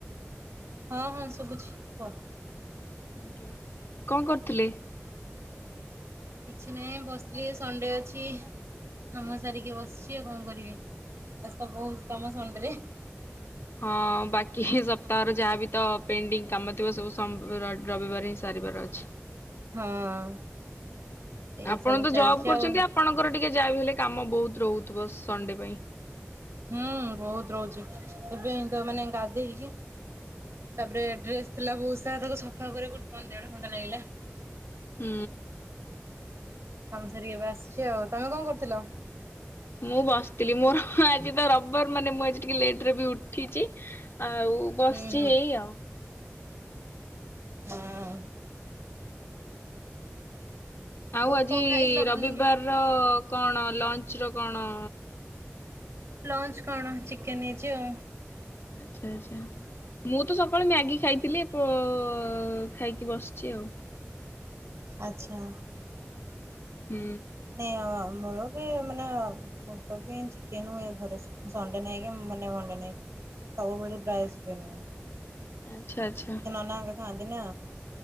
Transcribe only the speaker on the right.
ହଁ ହଁ ଶୁଭୁଛି କୁହ?
କିଛି ନାହିଁ ବସଥିଲି ସଣ୍ଡେ ଅଛି। କାମ ସାରିକି ବସିଛି ଆଉ କଣ କରିବି ଆଜି ତ ବହୁତ କାମ ସଣ୍ଡେରେ।
ହଁ। ସେଇ
ସବୁ
ଚାଲିଛି
ଆଉ।
ହୁଁ, ବହୁତ ରହୁଛି, ଏବେ ଏମତ ମାନେ ଗାଧେଇକି ତାପରେ ଡ୍ରେସ୍ ଥିଲା ବହୁତ ସାରା ତାକୁ ସଫା କରିବାକୁ ମାନେ ଦେଢ ଘଣ୍ଟା ଲାଗିଲା।
କାମ ସାରିକି ଏବେ ଆସିଛି ଆଉ। ତୋମେ କଣ କରୁଥିଲ?
ହୁଁ ହୁଁ
ହଁ
କଣ ଖାଇଥିଲ
ମର୍ଣ୍ଣିଂରେ?
ଲଞ୍ଚ୍ କଣ ଚିକେନ୍ ହେଇଛି ଆଉ।
ଆଚ୍ଛା।
ନି ଅ, ଆମର ବି ମାନେ ଅ, ମଷ୍ଟପି ଚିକେନ୍ ହୁଏ ଘରେ, ସଣ୍ଡେ ନାଇଁ କି ମାନେ ମଣ୍ଡେ ନାଇଁ। ସବୁବେଳେ ପ୍ରାୟ ଚିକେନ୍ ହୁଏ।
ସେ ନନା ହେରିକା ଖାଆନ୍ତି ନା।